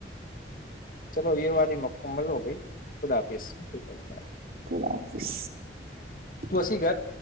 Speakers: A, on the left (about 50°); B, on the right (about 55°).
A: چلو یہ والی مکمل ہو گئی خدا پظ ہ
B: اللہ حافظ
A: تو
B: سسی
A: اسی گھر
B: کر